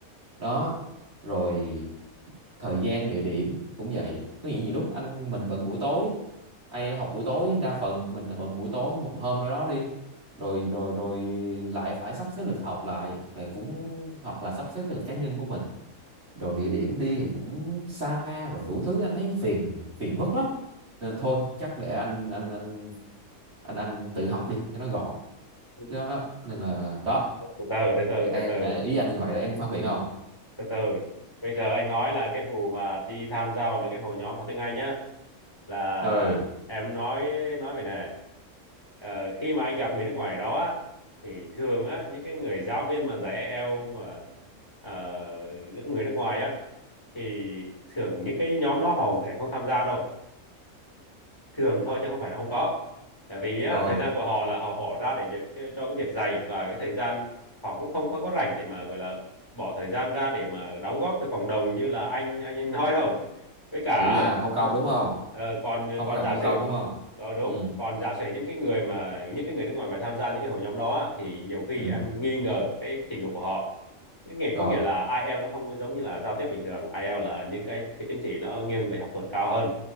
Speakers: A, on the right; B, on the left.
A: đó rồi thời gian địa điểm cũng vậy có nghĩa nhiều lúc anh mình bận buổi tối ai học buổi tối đa phần mình là bận buổi tối một hôm đó đó đi rồi rồi rồi lại phải sắp xếp lịch học lại là cũng hoặc là sắp xếp cái lịch cá nhân của mình rồi địa
B: Ừ.
A: điểm đi thì cũng xa rồi đủ thứ anh thấy phiền phiền vất lắm nên thôi chắc để anh anh anh anh anh tự học đi cho nó gọn
B: Ừ.
A: đó, đó. nên là đó
B: từ từ từ từ
A: em
B: từ từ
A: à, ý anh như vậy đó em muốn phản biện không
B: từ từ bây giờ anh nói là cái vụ mà đi tham gia vào mấy cái hội nhóm học tiếng Anh nhá là
A: ừ
B: em nói nói về này Ờ, khi mà anh gặp người nước ngoài đó á, thì thường á những cái người giáo viên mà dạy EL mà ờ, nước người nước ngoài á thì thường những cái nhóm đó họ sẽ không tham gia đâu thường thôi chứ không phải là không có tại vì á,
A: rồi
B: thời gian của họ là họ bỏ ra để việc cho cái việc dạy và cái thời gian họ cũng không, không có rảnh để mà gọi là bỏ thời gian ra để mà đóng góp cho cộng đồng như là anh anh anh nói đâu với cả
A: kiểu như là làm không
B: đi-
A: công đúng không
B: ờ, còn
A: không
B: còn
A: có làm
B: giả
A: không công
B: sử
A: đúng không
B: đó đúng
A: ừ
B: còn giả sử những cái người mà những cái người nước ngoài mà tham gia những cái hội nhóm đó á, thì nhiều khi
A: ừ
B: em nghi ngờ cái trình độ của họ cái nghĩa
A: rồi
B: có nghĩa là IELTS nó không có giống như là giao tiếp bình thường IELTS là những cái cái chứng chỉ nó nghiêng về học thuật cao hơn